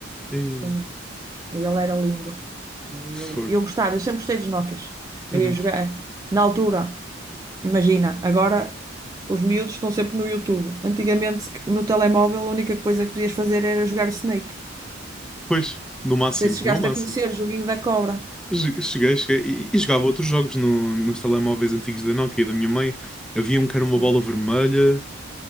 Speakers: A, in the centre; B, on the right.
A: E
B: para mim. Ele era lindo. Eu,
A: foi.
B: eu gostava, eu sempre gostei dos Nokias.
A: Uhum.
B: Eu ia jogar na altura. Imagina, agora os miúdos estão sempre no YouTube. Antigamente, no telemóvel, a única coisa que podias fazer era jogar o Snake.
A: Pois, no máximo,
B: Não sei se chegaste
A: no máximo.
B: a conhecer, o joguinho da cobra.
A: Che- Cheguei, cheguei. E, e jogava outros jogos no, nos telemóveis antigos da Nokia e da minha mãe. Havia um que era
B: Sim.
A: uma bola vermelha,